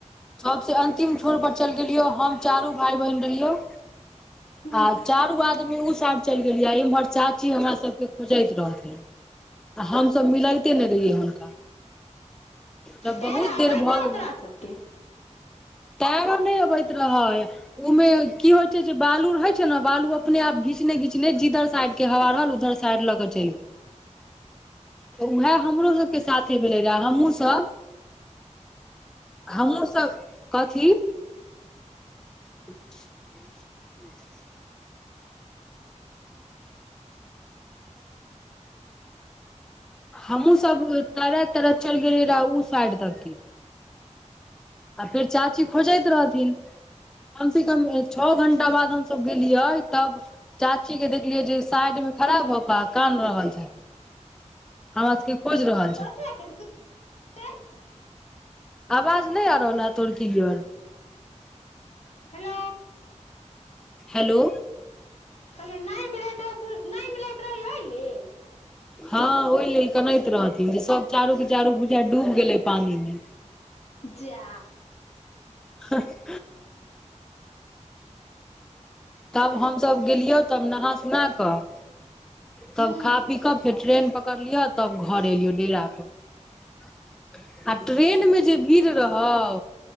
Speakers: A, in the centre; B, on the left (about 60°).
A: सबसे अंतिम छोर पर चलि गेलियो हम चारू भाय बहिन रहियो
B: हूँ
A: आ चारू आदमी उ चलि गेलियै। इम्हर चाचीज हमरा सबके खोजेत रहथिन तऽ हमस मिलते नहि रहियै। हुनका जब
B: पैरा
A: बहुत
B: अबैत
A: देर भऽ
B: रहौ
A: गेल
B: तोरा सबके
A: ताबे नहि अबैत रहै। उमे की होइ छै। जे बालू रहय छै। ने बालू अपने आप घीच घिचने घिचने जिधर साइड के हवा रहल उधर साइड लऽ के चलि गेल। तऽ उएह हमरोसभके साथे भेलै रहए। हमहूँसभ हमहुूँ सब कथी <unintelligible> <unintelligible> हमूँ सब तरह तरह चलि गेलिय रह ओ साइड तकके आ फेर चाची खोजैत रहथिन कम सऽ कम छओ घं्टा बाद हमसब गेलियै। तब चाची के देखलियै। जे साइड मे खराब भऽ कऽ आ कान रहल छथि। हमरा सबके खोज रहल
B: कथी
A: छै।
B: लए <unintelligible>
A: आवाज नहि आ रहल हऽ तोहर किलयर
B: हेलो।
A: हेलो।
B: कहतियो नहि मिलैत रहै। नहि मिलैत रही ओहि लेल
A: हँ ओहि लेल कनैत रहथिन जे सब चारू के चारू बुझा डूब गेलै। पानी मे
B: जा
A: ह <inaudible> तब हमसब गेलियो तब नहा सुना कऽ तब
B: हूँ
A: खा पी कऽ फेर ट्रेन पकड़लिय तब घर एलियो डेरा पर आ ट्रेन मे जे भीर रहौ